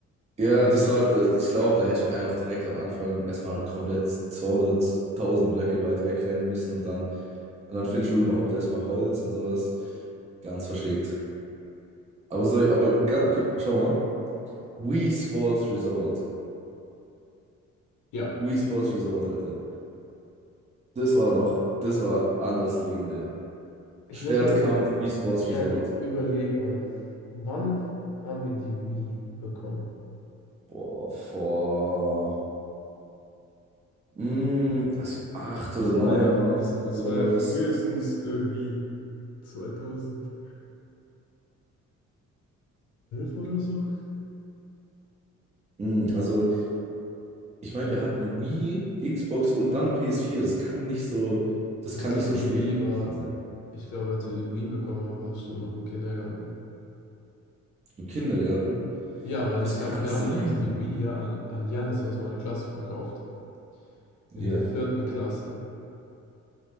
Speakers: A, on the right; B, on the left.
A: Ja,
B: Ähm,
A: das war, ich glaube, da hätte ich einfach direkt am Anfang erstmal komplett 200.000 Blöcke weit wegrennen müssen und dann, und dann findest du überhaupt erstmal Holz und sowas. Ganz verschickt. Aber soll ich, aber ga- guck, schau mal. Wii Sports Resort.
B: Ja.
A: Wii Sports Resort, Alter. Das war noch, das war anders legendär.
B: ich
A: Schwertkampf,
B: muss mal über,
A: Wii Sports
B: ja,
A: Resort.
B: ü- überleg mal, wann haben wir die Wii bekommen?
A: Boah, vor Mm, als wir acht
B: Das
A: oder neun
B: war ja,
A: waren
B: das, das
A: oder sowas.
B: war ja frühestens irgendwie 2012 oder so.
A: Mm, also, ich meine, wir hatten Wii, Xbox und dann PS4. Das kann nicht so, das
B: Ich
A: kann
B: glaube,
A: nicht so
B: die
A: spät
B: Wii
A: gewesen
B: war,
A: sein.
B: ich glaube, als wir die Wii bekommen haben, warst du noch im Kindergarten.
A: Im Kindergarten.
B: Ja, weil
A: Das
B: ich
A: kann
B: habe, wir
A: sein.
B: haben nämlich die Wii ja an, an Janis aus meiner Klasse verkauft.
A: Ja.
B: In der vierten Klasse.